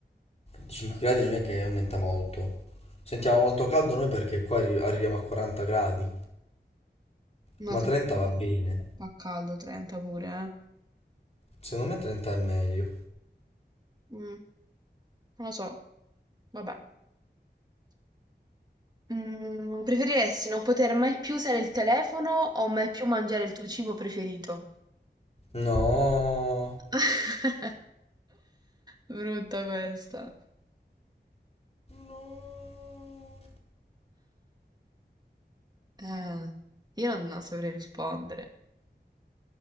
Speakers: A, on the left (about 35°); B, on the right (about 20°).
A: 5 gradi non è che aumenta molto. Sentiamo molto caldo noi perché qua arri- arriviamo a 40 gradi.
B: No,
A: Ma 30
B: 30 gradi
A: va bene.
B: fa fa caldo, 30 pure, eh.
A: Secondo me 30 è meglio.
B: Mm, non lo so, vabbè. Mm, preferiresti non poter mai più usare il telefono o mai più mangiare il tuo cibo preferito?
A: No.
B: <laughs> Brutta questa.
A: No.
B: Eh, io non, non saprei rispondere.